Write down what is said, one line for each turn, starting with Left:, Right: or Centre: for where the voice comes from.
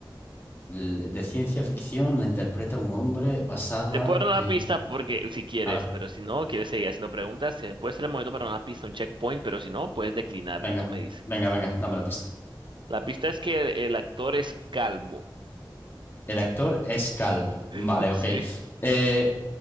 Left: l- de ciencia ficción la interpreta un hombre basada
Right: Te puedo dar
Left: en...
Right: una pista porque si quieres,
Left: A ver,
Right: pero si no, quieres seguir haciendo preguntas, eh, puede ser el momento para una pista, un checkpoint, pero si no, puedes declinarla.
Left: venga,
Right: Tú me dices.
Left: venga, venga, dame la pista.
Right: La pista es que el, el actor es calvo.
Left: El actor es calvo. Vale,
Right: <laughs>
Left: ok.
Right: Sí.
Left: Eh,